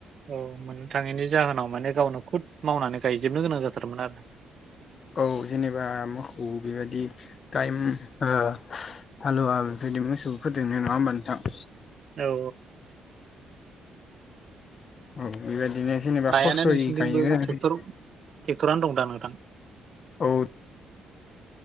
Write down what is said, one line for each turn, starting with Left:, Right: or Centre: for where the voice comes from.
Right: औ मोननो थाङैनि जाहोनाव माने गावनो खुद मावनानै गायजोबनो गोनां जाथारमोन आरो।
Left: औ जेनेबा मोसौ बेबायदि टाइम ओ हालुवा बेबायदि मोसौफोरजोंनो नङा होमबा नोंथां?
Right: औ औ
Left: औ बेबायदिनो जेनेबा
Right: फ्रायानो
Left: खस्थ'यै
Right: नोंसिनिजोंबो
Left: गायनो गोनां
Right: ट्रेक्टर
Left: जायो
Right: ट्रेक्टरानो दं दा नोंथां?
Left: औ